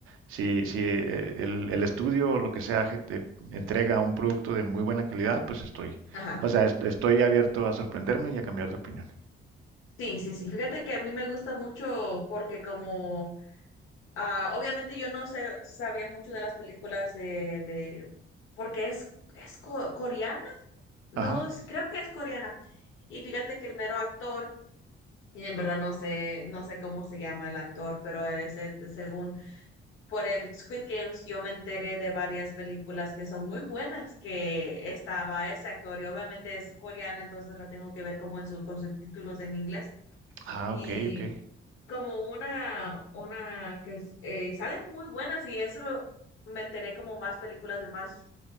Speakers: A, on the right (about 75°); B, on the left (about 75°).
A: si, si eh, el, el estudio o lo que sea que te entrega un producto de muy buena calidad, pues estoy,
B: ajá.
A: o sea, est- estoy abierto a sorprenderme y a cambiar de opinión.
B: Sí, sí, sí. Fíjate que a mí me gusta mucho porque como Ah, obviamente yo no sé- sabía mucho de las películas de, de porque es, es co- coreana, no,
A: Ajá.
B: sí, creo que es coreana. Y fíjate que el mero actor, y en verdad no sé, no sé cómo se llama el actor, pero ese, según por el Squid Games, yo me enteré de varias películas que son muy buenas, que estaba ese actor, y obviamente es coreana, entonces la tengo que ver como en sus, con sus títulos en inglés
A: Ah,
B: y
A: ok, ok.
B: como una, una que es- eh, salen muy buenas y eso lo- me enteré como más películas de más